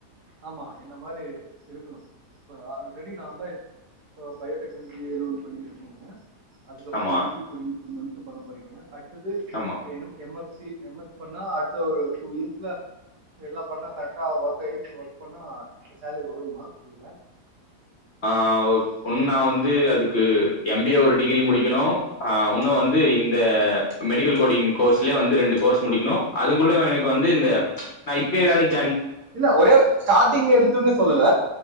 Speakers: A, on the right; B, on the left.
A: ஆமா என்ன மாரி இருக்கணு இப்ப ஆல்ரெடி நாமள போ பயோடெக்னாலஜி ஏதோ ஒன்னு பண்ணிருக்கீங்க அதுக்கப்பும்
B: ஆமா
A: மெடிக்கல் போடிங் டூ மன்த் த்து பண்ண போறீங்க அ க்குது
B: ஆமா
A: இப்ப என் M M S C MS பண்ணா அடுத்த ஒரு டூ இயர்ஸ்ல எல்லா பண்ணா கரெக்டா ஒர்க்காயி ஒர்க் பண்ணா சேலரி வருமா இதுல
B: ஆ ஓக் ஒண்ணா வந்து அதுக்கு எம்பிஏ ஒரு டிகிரி முடிக்கணு ஆ உன்னு வந்து
A: ஓகே
B: இந்த மெடிக்கல் கோடிங் கோர்ஸ்லே வந்து ரெண்டு கோர்ஸ் முடிக்கணு அதுங்கள்ள எனக்கு வந்து இந்த நா இப்பய வேலைக்
A: இல்ல ஒரே ஸ்டார்டிங் எடுத்துன்னு சொல்லல